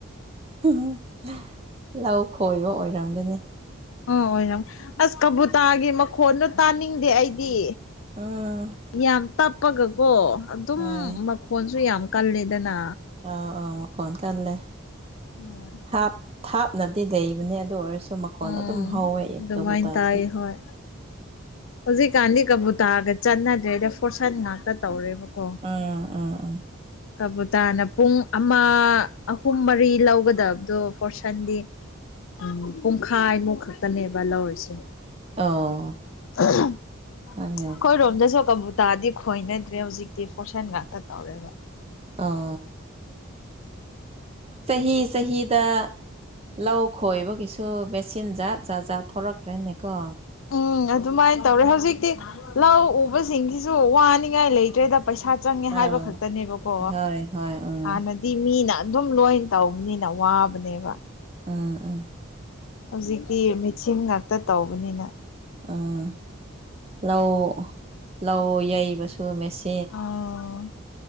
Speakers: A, on the right; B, on the left.
A: <unintelligible> ꯂꯧ ꯈꯣꯏꯕ ꯑꯣꯏꯔꯝꯒꯅꯤ
B: ꯑꯣ ꯑꯣꯏꯔꯝ ꯑꯁ ꯀꯕꯨꯇꯥꯒꯤ ꯃꯈꯣꯟꯗꯣ ꯇꯥꯅꯤꯡꯗꯦ ꯑꯩꯗꯤ
A: ꯎꯝ
B: ꯌꯥꯝ ꯇꯞꯄꯒꯀꯣ ꯑꯗꯨꯝ
A: ꯍꯣꯏ
B: ꯃꯈꯣꯟꯁꯨ ꯌꯥꯝ ꯀꯜꯂꯦꯗꯅ
A: ꯑꯥꯎ ꯑꯥꯎ ꯃꯈꯣꯟ ꯀꯜꯂꯦ
B: ꯍꯣꯏ
A: ꯊꯥꯞ ꯊꯥꯞꯅꯗꯤ ꯂꯩꯕꯅꯦ ꯑꯗꯨ ꯑꯣꯏꯔꯁꯨ ꯃꯈꯣꯟ
B: ꯎꯝ
A: ꯑꯗꯨꯝ ꯍꯧꯋꯦ
B: ꯑꯗꯨꯃꯥꯏꯅ
A: ꯀꯕꯨꯨꯇꯥꯁꯦ
B: ꯇꯥꯏ ꯍꯣꯏ ꯍꯧꯖꯤꯛꯀꯥꯟꯗꯤ ꯀꯕꯨꯇꯥꯒ ꯆꯠꯅꯗ꯭ꯔꯦꯗ ꯐꯣꯔꯁꯟ ꯉꯥꯛꯇ ꯇꯧꯔꯦꯕꯀꯣ
A: ꯎꯝ ꯎꯝ ꯎꯝ
B: ꯀꯕꯨꯇꯥꯅ ꯄꯨꯡ ꯑꯃ ꯑꯍꯨꯝ ꯃꯔꯤ ꯂꯧꯒꯗꯕꯗꯣ ꯐꯣꯔꯁꯟꯗꯤ ꯎꯝ ꯄꯨꯡꯈꯥꯏꯃꯨꯛ ꯈꯛꯇꯅꯦꯕ ꯂꯧꯔꯤꯁꯦ
A: ꯑꯣ
B: <unintelligible>
A: ꯍꯣꯏꯅꯦ
B: ꯈꯣꯏꯔꯣꯝꯗꯁꯣ ꯀꯕꯨꯨ ꯇꯥꯗꯤ ꯈꯣꯏꯅꯗ꯭ꯔꯦ ꯍꯧꯖꯤꯛꯇꯤ ꯐꯣꯔꯁꯟ ꯉꯥꯛꯇ ꯇꯧꯔꯦꯕ
A: ꯑ ꯆꯍꯤ ꯆꯍꯤꯗ ꯂꯧ ꯈꯣꯏꯕꯒꯤꯁꯨ ꯃꯦꯆꯤꯟ ꯖꯥꯠ ꯖꯥꯠ ꯖꯥꯠ ꯊꯣꯔꯛꯈ꯭ꯔꯦꯅꯦꯀꯣ
B: ꯎꯝ ꯑꯗꯨꯃꯥꯏꯅ ꯇꯧꯔꯦ ꯍꯧꯖꯤꯛꯇꯤ ꯂꯧ ꯎꯕꯁꯤꯡꯒꯤꯁꯤꯁꯨ ꯋꯥꯅꯤꯡꯉꯥꯏ ꯂꯩꯇ꯭ꯔꯦꯗ ꯄꯩꯁꯥ ꯆꯪꯉꯦ
A: ꯑꯥꯎ
B: ꯍꯥꯏꯕ ꯈꯛꯇꯅꯦꯕꯀꯣ
A: ꯍꯣꯏ ꯍꯣꯏ ꯎꯝ
B: ꯍꯥꯟꯅꯗꯤ ꯗꯤ ꯃꯤꯅ ꯑꯗꯨꯝ ꯂꯣꯏꯅ ꯇꯧꯕꯅꯤꯅ ꯋꯥꯕꯅꯦꯕ
A: ꯎꯝ ꯎꯝ
B: ꯍꯧꯖꯤꯛꯇꯤ ꯃꯦꯆꯤꯟ ꯉꯥꯛꯇ ꯇꯧꯕꯅꯤꯅ
A: ꯎꯝ ꯂꯧ ꯂꯧ ꯌꯩꯕꯁꯨ ꯃꯦꯆ
B: ꯑꯥ